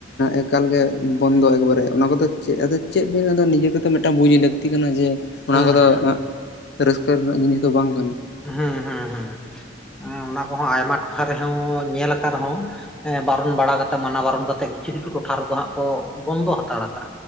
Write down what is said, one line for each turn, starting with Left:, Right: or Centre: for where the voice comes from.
Left: ᱮᱠᱟᱞ ᱜᱮ ᱵᱚᱱᱫᱚ ᱮᱠᱵᱟᱨᱮ ᱚᱱᱟ ᱠᱚᱫᱚ ᱪᱮᱫ ᱟᱫᱚ ᱪᱮᱫ ᱵᱤᱱ ᱟᱫᱚ ᱱᱤᱡᱮᱛᱮ ᱛᱚ ᱢᱤᱫᱴᱟᱝ ᱵᱩᱡᱽ ᱞᱟᱹᱠᱛᱤ ᱠᱟᱱᱟ ᱡᱮ ᱚᱱᱟ
Centre: ᱦᱩᱸ
Left: ᱠᱚᱫᱚ
Centre: ᱦᱩᱸ
Left: ᱨᱟᱹᱥᱠᱟᱹ ᱨᱮᱱᱟᱜ ᱡᱤᱱᱤᱥ ᱫᱚ ᱵᱟᱝ ᱠᱟᱱᱟ
Centre: ᱦᱮᱸ ᱦᱮᱸ ᱦᱮᱸ ᱚᱱᱟ ᱠᱚᱦᱚᱸ ᱟᱭᱢᱟ ᱴᱚᱴᱷᱟ ᱨᱮᱦᱚᱸ ᱧᱮᱞ ᱟᱠᱟᱱ ᱨᱮᱦᱚᱸ ᱵᱟᱨᱚᱱ ᱵᱟᱲᱟ ᱠᱟᱛᱮᱜ ᱢᱟᱱᱟ ᱵᱟᱨᱚᱱ ᱠᱟᱛᱮ ᱠᱤᱪᱷᱩ ᱠᱤᱪᱷᱩ ᱴᱚᱴᱷᱟ ᱨᱮᱫᱚ ᱦᱟᱜ ᱠᱚ ᱵᱚᱱᱫᱚ ᱦᱟᱛᱟᱲ ᱠᱟᱜᱼᱟ